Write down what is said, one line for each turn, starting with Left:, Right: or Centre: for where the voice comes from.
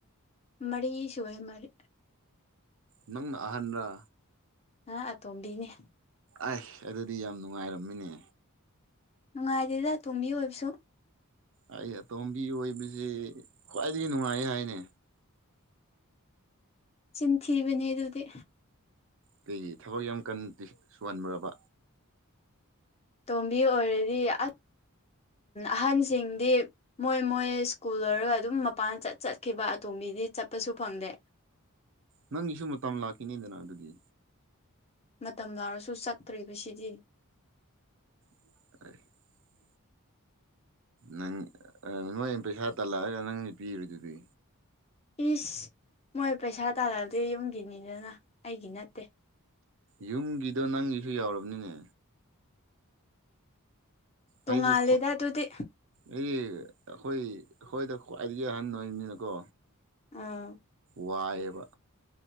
Left: ꯃꯔꯤꯁꯣꯑ ꯃꯔꯔꯤ
Right: ꯅꯪ ꯑꯍꯟ꯭ꯔ
Left: ꯑ ꯑꯇꯣꯝꯕꯤꯅꯦ
Right: ꯑꯩ ꯑꯗꯨꯗꯤ ꯌꯥꯝ ꯅꯨꯡꯉꯥꯏꯔꯝꯃꯤꯅꯦ
Left: ꯅꯨꯡꯉꯥꯏꯗꯦꯗ ꯇꯣꯝꯕꯤ ꯑꯣꯏꯕꯁꯨ
Right: ꯑꯩ ꯑꯇꯣꯝꯕꯤ ꯑꯣꯏꯕꯁꯤ ꯈ꯭ꯋꯥꯏꯗꯒꯤ ꯅꯨꯡꯉꯥꯏ ꯍꯥꯏꯅꯦ
Left: ꯆꯤꯟꯊꯤꯔꯤꯕꯅꯦ ꯑꯗꯨꯗꯤ
Right: ꯀꯩꯒꯤ ꯊꯕꯛ ꯌꯥꯝ ꯀꯟꯗꯤ ꯁꯨꯍꯟꯕꯨꯕ
Left: ꯇꯣꯝꯕꯤ ꯑꯣꯏꯔꯗꯤ ꯑ ꯑꯍꯟꯁꯤꯡꯗꯤ ꯃꯣꯏ ꯃꯣꯏ ꯁ꯭ꯀꯨꯜ ꯑꯣꯏꯣꯏꯔꯒ ꯑꯗꯨꯝ ꯃꯄꯥꯟ ꯆꯠ ꯆꯠꯈꯤꯕ ꯑꯇꯣꯝꯕꯤꯗꯤ ꯆꯠꯄꯁꯨ ꯐꯪꯗꯦ
Right: ꯅꯪꯒꯤꯁꯨ ꯃꯇꯝ ꯂꯥꯛꯈꯤꯅꯤꯗꯅ ꯑꯗꯨꯒꯤ
Left: ꯃꯇꯝ ꯂꯥꯔꯁꯨ ꯆꯠꯇ꯭ꯔꯤꯕꯁꯤꯗꯤ
Right: <inaudible> ꯅꯪ ꯅꯣꯏ ꯄꯩꯁꯥ ꯇꯜꯂꯛꯑꯒ ꯅꯪꯗꯤ ꯄꯤꯔꯤꯗꯨꯗꯤ
Left: ꯏꯁ ꯃꯣꯏ ꯄꯩꯁꯥ ꯇꯥꯔꯛꯂꯗꯤ ꯌꯨꯝꯒꯤꯅꯤꯗꯅ ꯑꯩꯒꯤ ꯅꯠꯇꯦ
Right: ꯌꯨꯝꯒꯤꯗꯣ ꯅꯪꯒꯤꯁꯨ ꯌꯥꯎꯔꯕꯅꯤꯅꯦ
Left: ꯇꯣꯡꯉꯥꯜꯂꯦꯗ
Right: ꯑꯩꯗꯤ ꯍꯣ
Left: ꯑꯗꯨꯗꯤ
Right: ꯑꯩꯗꯤ ꯑꯩꯈꯣꯏ ꯑꯩꯈꯣꯏꯗ ꯈ꯭ꯋꯥꯏꯗꯒꯤ ꯑꯍꯟ ꯑꯣꯏꯕꯅꯤꯅꯀꯣ
Left: ꯑꯥ
Right: ꯋꯥꯏꯌꯦꯕ